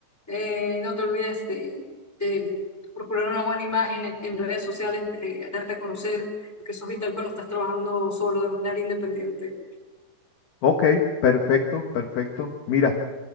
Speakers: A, in the centre; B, on the left.
A: Eh, no te olvides de, de procurar una buena imagen en, en redes sociales, eh, darte a conocer, porque eso es vital cuando estás trabajando solo de manera independiente.
B: Ok, perfecto, perfecto. Mira.